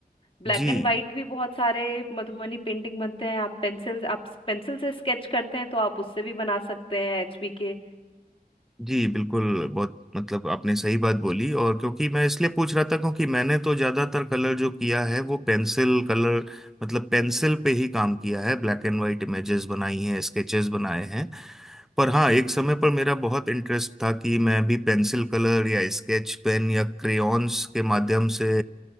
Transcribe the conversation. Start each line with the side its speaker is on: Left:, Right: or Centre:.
Left: black
Centre: जी
Left: and white भी बहुत सारे मधुबनी पेंटिंग बनते हैं आप पेंसिल आप पेंसिल से स्केच करते हैं तो आप उससे भी बना सकते हैं एचबी के
Centre: जी बिल्कुल बहुत मतलब आपने सही बात बोली और क्योंकि मैं इसलिए पूछ रहा था क्योंकि मैंने तो ज़्यादातर कलर जो किया है वो पेंसिल कलर मतलब पेंसिल पे ही काम किया है ब्लैक एंड वाइट इमेजेस बनाई हैं स्केचेस बनाए हैं पर हाँ एक समय
Left: जी
Centre: पर मेरा बहुत इंटरेस्ट था कि मैं भी पेंसिल कलर या स्केच पेन या क्रेयॉन्स के माध्यम से